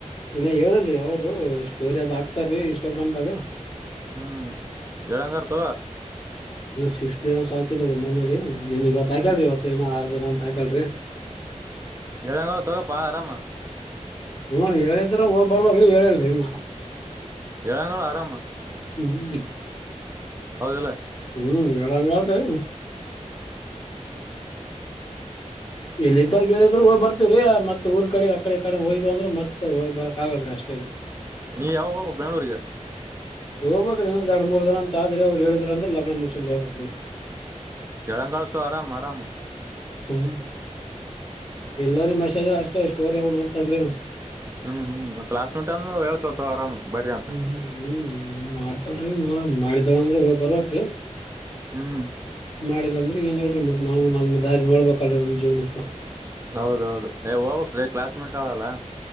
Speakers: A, on the left (about 45°); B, on the right (about 20°).
A: ಇನ್ನ ಹೇಳಲ್ರಿ ಯಾವ್ದ ಸ್ಟೋರಿ ಅದ್ ಹಾಕ್ತಾರೀ ಇಷ್ಟಗ್ರಾಮದಾಗ
B: ಹ್ಮ ಏಳರಂಗತಗೊ
A: ಇ ಸಿಕ್ಸ್ ಡೇನ್ಸ್ ಹಾಕಿದಾಳ ಮನೆರಿ ನೀನ್ ಇವತ್ತು
B: ಹ್ಮ್
A: ಆಕಲ್ರಿ ಇವತ್ತು ಇನ ಆರು ದಿನ ಅಂತ ಅಕ್ಯಾಲರಿ
B: ಎಳೆಲ ತೊಗಪ್ಪಾ ಆರಾಮಾ
A: ಹ್ಮ ಹೇಳಿದ ಹೋಗ್ ಬರಬೇಕು ಹೇಳೇಲ್ರಿ ಏನ
B: ಏಳಂಗಳ ಆರಾಮ
A: ಹ್ಮ್
B: ಹೌದೀಲ್ಲ
A: ಹ್ಮ್ ಹೇಳಂಗ ಹಾಳ್ರಿ ಇಲ್ಲಿದಾಗ ಹೇಳಿದರ ಹೋಗಿ ಬರತ್ತಿದ್ದೀವಿ ರೀ ಮತ್ ಊರ್ ಕಡೆ ಆ ಕಡೆ ಈ ಕಡೆ ಹೋಯ್ ಅ್ರ ಮತ್ ಹ್ರಕ್ ಆಗಲ್ರಿ ಅಷ್ಟೇ ರೀ
B: ನೀ ಯಾವಗ ಹೋಗಬೇಕು ಬೆಂಗಳೂರಿಗೆ
A: ಹೋಗ್ಬೇಕ ಇನ್ನಂದ ಎರಡು ಮೂರು ದಿನ ಅಂತ ಆದ್ರೆ ಅವ್ರು ಹೇಳಿದ್ರರು ಅಂದ್ರರು ಲಗ್ನ ಮುಗಿಸಿಕೊಂಡ ಹೋಗಬೇಕ್ರಿ
B: ಏಳಂಗಳ ತೋ ಆರಾಮ ಆರಾಮ
A: ಹ್ಮ್ ಈಲ್ಲರಿ ಮಸೇಜ್ ಅಷ್ಟೇ ಓವರ್ ವು ನೋಡ್ತಾಲ್ ರಿ
B: ಹ್ಮ್ ಹ್ಮ್ ಕ್ಲಾಸ್ ಮುಟ್ಟ ಅಂದ ಹೇಳತಾಳ ತೋ ಆರಾಮ್ ಬರ್ರಿ ಅಂತ
A: ಹ್ಮ್ ಹ್ಮ್ ಹ್ಮ್ ನ್ ಮಾಡ್ತಲ್ರಿ ನೋಡ ಮಾಡ ಅಂದ್ರೆ ಹ ಬರ್ವಕ್ ರೀ
B: ಹ್ಮ್
A: ಮಾಡಿಲ್ಲಾ ಅಂದ್ರೆ ಗಏನ್ ನೋಡ್ರಿ ಮತ್ ನಾವು ನಮ್ ದಾರಿ ನೋಡ್ಬೇಕಲ್ರರಿ ನಮ್ ಜೀವನಕ್ಕ
B: ಹೌದೌದು ಹೋಗಬಕ್ ರೀ ಕ್ಲಾಸ್ ಮೇಟ್ ಕಾಲಲಾ